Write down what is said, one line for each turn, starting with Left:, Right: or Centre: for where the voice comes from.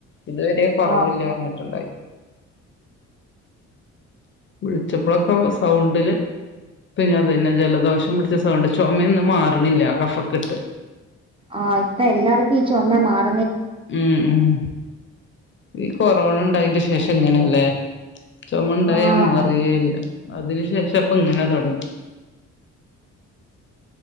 Left: ഇതുവരെ കുറവില്ലഞ്ഞി
Right: ആഹ്
Left: ണ്ടായി വിളിച്ചപ്പോളൊക്കെ സൗണ്ടില് പിന്നെ അതന്നെ ജലദോഷം പിടിച്ച സൗണ്ട് ചുമയൊന്നും മാർണില്ല കഫക്കെട്ട്
Right: ആഹ് ഇപ്പൊ എല്ലാർക്കും ഈ ചുമ മാർ
Left: ഉമ് ഉമ് ഈ കൊറോണ ഉണ്ടയന്റെ ശേഷം ഇങ്ങനെ ല്ലേ ചുമണ്ടായാ
Right: ആഹ്
Left: മാറെയില്ല അതിനു ശേഷം ഇപ്പ ഇങ്ങനെ തുടങ്ങി